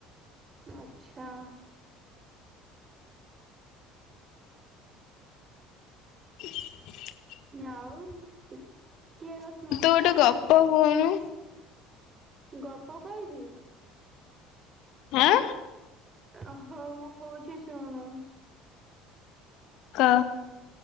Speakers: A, on the right (about 30°); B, on the left (about 55°).
A: ଆଛା।
B: <inaudible>
A: ଆଉ କିଏ ରୋଷ ମମି
B: ତୁ ଗୋଟେ
A: କରିଥିଲେ।
B: ଗପ କହୁନୁ।
A: ଗପ କହିବି।
B: ହାଁ।
A: ଓହୋ ମୁଁ କହୁଛି ଶୁଣୁ।
B: କ।